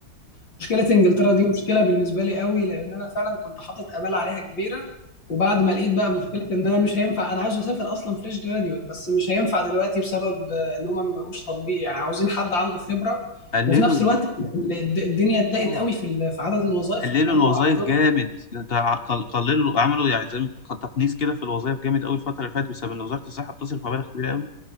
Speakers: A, on the left; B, on the left.
A: مشكله انجلترا دي مشكله بالنسبه لي قوي لان انا فعلا كنت حاطط امال عليها كبيره وبعد ما لقيت بقى مشكله ان انا مش هينفع انا عاوز اسافر اصلا فريش جراديوت بس مش هينفع دلوقتي بسبب آه، ان هم ما بقوش تطبيق يعني عاوزين حد عنده خبره
B: فقللوا
A: وفي نفس
B: يا
A: الوقت
B: باشا
A: ال- الد- الدنيا ضاقت
B: اه
A: قوي في ال- في عدد الوظائف
B: قللوا
A: اللي كانوا
B: الوظائف
A: عارضينها
B: جامد انت ع- قل- قللوا عملوا يعني زي ما انت- تقنيس كده في الوظائف جامد قوي الفتره اللي فاتت بسبب ان وزاره الصحه بتصرف مبالغ كبيره قوي